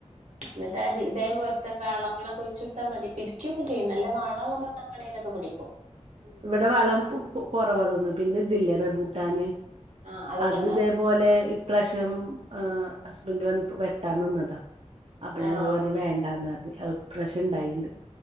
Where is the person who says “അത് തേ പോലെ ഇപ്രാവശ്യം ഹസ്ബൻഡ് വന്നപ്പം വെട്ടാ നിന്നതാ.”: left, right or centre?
Right